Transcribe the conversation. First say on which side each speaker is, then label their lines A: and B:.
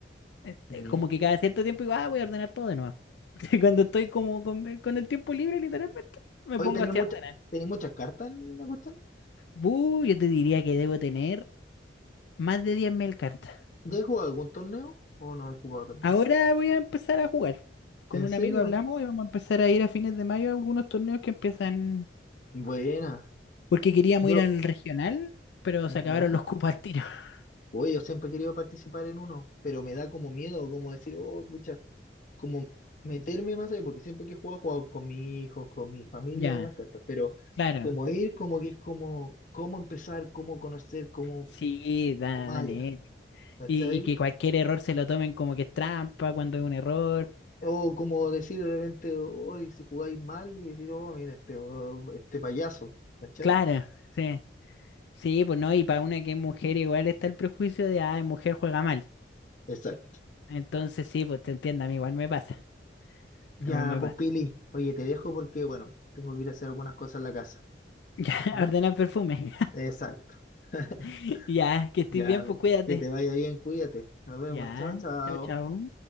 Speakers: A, on the left (about 75°); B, on the left (about 45°).
A: Este,
B: Me-
A: como que cada cierto tiempo digo, ah, voy a ordenar todo de nuevo. <laughs> Cuando estoy como con, con el tiempo libre, literalmente, me
B: Oye,
A: pongo
B: tenía
A: así
B: mucha,
A: a ordenar.
B: tenía muchas cartas en la cuestión.
A: Uh, yo te diría que debo tener. Más de 10.000 cartas.
B: ¿Ya he jugado algún torneo o no he jugado torneo?
A: Ahora voy a empezar a jugar. Con
B: ¿En
A: un
B: serio?
A: amigo hablamos y vamos a empezar a ir a fines de mayo a algunos torneos que empiezan.
B: Buena.
A: Porque queríamos
B: Yo,
A: ir al regional, pero
B: ya.
A: se acabaron los cupos al tiro. <laughs>
B: Oye, yo siempre he querido participar en uno, pero me da como miedo, como decir, oh, pucha, como meterme más ahí, porque siempre que he jugado, he jugado con mi hijo, con mi familia
A: Ya,
B: a las cartas, pero
A: claro.
B: como ir, como que es como, cómo empezar, cómo conocer, cómo,
A: Sí, da,
B: cómo más
A: Daniel.
B: allá, ¿cachai?
A: Y, y que cualquier error se lo tomen como que es trampa cuando es un error.
B: O como decir de repente, hoy si jugáis mal y decir, oh, mira, este, oh, este payaso, ¿cachai?
A: Claro, sí. Sí, pues no, y para una que es mujer igual está el prejuicio de, ah, mujer juega mal.
B: Exacto.
A: Entonces sí, pues te entiendo, a mí igual me pasa.
B: Ya,
A: Igual me
B: pues
A: pasa.
B: Pili,
A: <laughs>
B: oye, te dejo porque, bueno, tengo que ir a hacer algunas cosas en la casa,
A: Ya,
B: ¿ya?
A: ordenar perfume.
B: Exacto. <laughs>
A: <laughs> Ya, que estés
B: Ya,
A: bien, pues cuídate.
B: que te vaya bien, cuídate. Nos vemos,
A: Ya,
B: chao, chao.
A: chao, chao.